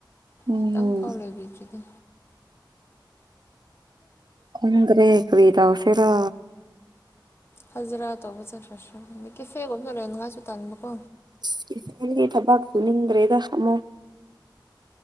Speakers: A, on the right (about 60°); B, on the left (about 30°).
A: ꯎꯝ
B: ꯈꯤꯇꯪ ꯐꯥꯎ ꯂꯩꯕꯤꯗ꯭ꯔꯤꯗꯤ
A: ꯈꯪꯗ꯭ꯔꯦ ꯀꯔꯤ ꯇꯧꯁꯤꯔꯣ
B: ꯍꯖꯤꯔꯥ ꯇꯧꯕ ꯆꯠꯈ꯭ꯔꯁꯤꯔ ꯈꯪꯗꯦ ꯀꯦꯐꯦꯒꯨꯝꯕꯗ ꯂꯩꯅꯤꯡꯉꯁꯨ ꯇꯟꯕ ꯀꯣ
A: ꯏꯁ ꯀꯦꯐꯦꯗꯗꯤ ꯊꯕꯛ ꯄꯨꯅꯤꯡꯗ꯭ꯔꯦꯗ ꯑꯃꯨꯛ